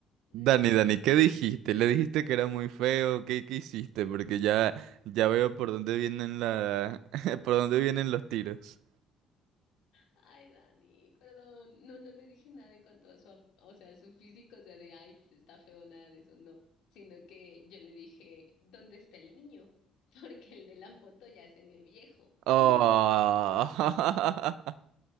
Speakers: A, on the left; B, on the right.
A: n-
B: Dani,
A: como...
B: Dani, ¿qué dijiste? ¿Le dijiste que era muy feo? ¿Qué, qué hiciste? Porque ya, ya veo por dónde vienen la, <laughs> por dónde vienen los tiros.
A: Ay, Dani, perdón. No, no le dije nada en cuanto a su, ap- o sea, su físico, o sea, de, ay, f- está feo, nada de eso, no. Sino que yo le dije, ¿dónde está el niño? <laughs> Porque el de la foto ya se ve viejo.
B: Oh.
A: <laughs>
B: <laughs>